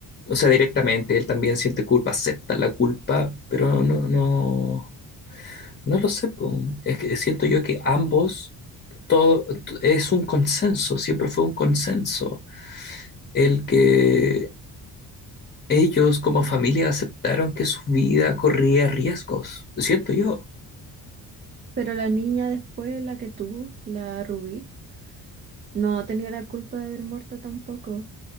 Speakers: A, on the left; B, on the right.
A: o sea, directamente, él también siente culpa, acepta la culpa, pero no, no, no lo sé, po. Es que siento yo que ambos, todo, es un consenso, siempre fue un consenso. el que ellos como familia aceptaron que su vida corría riesgos. Siento yo.
B: Pero la niña después, la que tuvo, la Rubí, no tenía la culpa de haber muerto tampoco,